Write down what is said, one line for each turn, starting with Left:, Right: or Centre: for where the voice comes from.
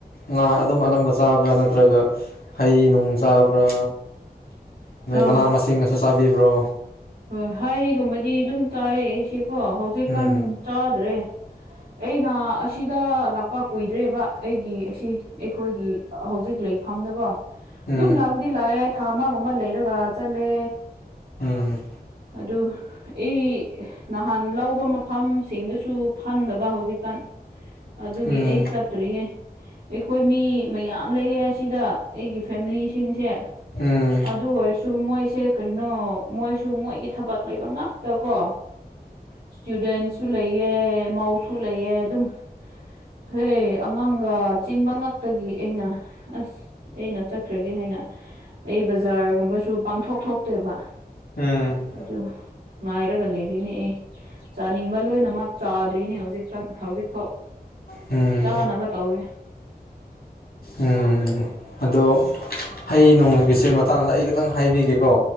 Left: ꯉꯥ ꯑꯗꯨꯝ ꯑꯅꯝꯕ ꯆꯥꯕ꯭ꯔꯥ ꯅꯠꯇ꯭ꯔꯒ ꯍꯩ ꯅꯨꯡ ꯆꯥꯕ꯭ꯔꯥ ꯑꯗꯩ
Right: ꯑ
Left: ꯃꯅꯥ ꯃꯁꯤꯡꯒꯁꯨ ꯆꯥꯕꯤꯕ꯭ꯔꯣ
Right: ꯍꯣꯏ ꯍꯥꯏꯒꯨꯝꯕꯗꯤ ꯑꯗꯨꯝ ꯆꯥꯏ ꯑꯩꯁꯦꯀꯣ ꯍꯧꯖꯤꯛꯀꯥꯟ
Left: ꯎꯝ
Right: ꯆꯥꯗ꯭ꯔꯦ ꯑꯩꯅ ꯑꯁꯤꯗ ꯂꯥꯛꯄ ꯀꯨꯏꯗ꯭ꯔꯦꯕ ꯑꯩꯒꯤ ꯑꯁꯤ ꯑꯩꯈꯣꯏꯒꯤ ꯍꯧꯖꯤꯛ ꯂꯩꯐꯝꯗꯀꯣ ꯑꯗꯨꯝ
Left: ꯎꯝ
Right: ꯂꯥꯛ ꯗꯤ ꯂꯥꯛꯑꯦ ꯊꯥ ꯑꯃꯒꯨꯝꯕ ꯂꯩꯔꯒ ꯆꯠꯂꯦ
Left: ꯎꯝ
Right: ꯑꯗꯨ ꯑꯩ ꯅꯍꯥꯟ ꯂꯧꯕ ꯃꯐꯝꯁꯤꯡꯗꯨꯁꯨ ꯐꯪꯗꯕ ꯍꯧꯖꯤꯛꯀꯥꯟ ꯑꯗꯨꯒꯤ
Left: ꯎꯝ
Right: ꯑꯩ ꯆꯠ ꯆꯠꯇ꯭ꯔꯤꯌꯦ ꯑꯩꯈꯣꯏ ꯃꯤ ꯃꯌꯥꯝ ꯂꯩꯌꯦ ꯑꯁꯤꯗ ꯑꯩꯒꯤ ꯐꯦꯃꯤꯂꯤꯁꯤꯡꯁꯦ
Left: ꯎꯝ
Right: ꯑꯗꯨ ꯑꯣꯏꯔꯁꯨ ꯃꯣꯏꯁꯦ ꯀꯔꯤꯅꯣ ꯃꯣꯏ ꯁꯨ ꯃꯣꯏꯒꯤ ꯊꯕꯛ ꯂꯩꯕ ꯉꯥꯛꯇ ꯀꯣ ꯏꯁꯇꯨꯗꯦꯟꯁꯨ ꯂꯩꯌꯦ ꯃꯥꯧꯁꯨ ꯂꯩꯑ ꯑꯗꯨꯝ ꯍꯦ ꯑꯉꯥꯡꯒ ꯆꯤꯟꯕ ꯉꯥꯛꯇꯒꯤ ꯑꯩꯅ ꯑꯁ ꯑꯩꯅ ꯆꯠꯈ꯭ꯔꯒꯦ ꯍꯥꯏꯅ ꯑꯩ ꯕꯖꯥꯔꯒꯨꯝꯕꯁꯨ ꯄꯥꯡꯊꯣꯛ ꯊꯣꯛꯇꯦꯕ
Left: ꯎꯝ
Right: ꯑꯗꯨ ꯉꯥꯏꯔꯒ ꯂꯩꯔꯤꯅꯦ ꯑꯩ ꯆꯥꯅꯤꯡꯕ ꯂꯣꯏꯅꯃꯛ ꯆꯥꯗ꯭ꯔꯤꯅꯦ ꯍꯧꯖꯤꯛ ꯍꯧꯖꯤꯛ ꯐꯥꯎ
Left: ꯎꯝ ꯎꯝ
Right: ꯆꯥꯅꯕ ꯇꯧꯋꯦ
Left: ꯎꯝ ꯑꯗꯣ ꯍꯩ ꯅꯣꯡꯒꯤꯁꯦ ꯃꯇꯥꯡꯗ ꯑꯩ ꯈꯤꯇꯪ ꯍꯥꯏꯕꯤꯒꯦꯀꯣ